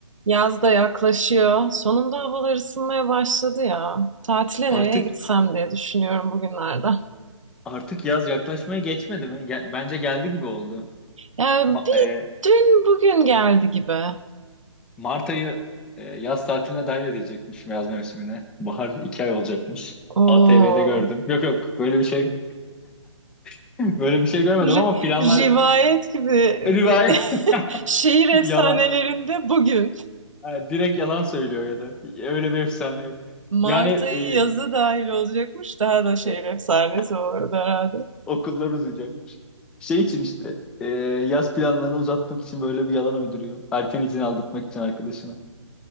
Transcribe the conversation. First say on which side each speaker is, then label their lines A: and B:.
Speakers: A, on the right; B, in the centre.
A: Yaz da yaklaşıyor. Sonunda havalar ısınmaya başladı ya. Tatile
B: Artık
A: nereye gitsem diye düşünüyorum bugünlerde.
B: artık yaz yaklaşmaya geçmedi mi? Ge- bence geldi gibi oldu.
A: Yani
B: Ma-
A: bir
B: e,
A: dün bugün geldi gibi.
B: Mart ayı e, yaz tatiline dahil edilecekmiş yaz mevsimine. Bahar iki ay olacakmış.
A: Oo.
B: ATV'de gördüm. Yok yok böyle bir şey <laughs> böyle bir şey görmedim
A: ri-
B: ama planlar
A: rivayet gibi
B: rivayet
A: bir <laughs> şehir
B: <laughs>
A: efsanelerinde
B: yalan.
A: bugün.
B: Ha, direkt yalan söylüyor ya da öyle bir efsane yok.
A: Mart
B: Yani e,
A: ayı yazı dahil olacakmış. Daha da şehir
B: e,
A: efsanesi
B: e,
A: olurdu herhalde.
B: okullar uzayacak. Şey için işte e, yaz planlarını uzatmak için böyle bir yalan uyduruyor. Erken izin aldırtmak için arkadaşına.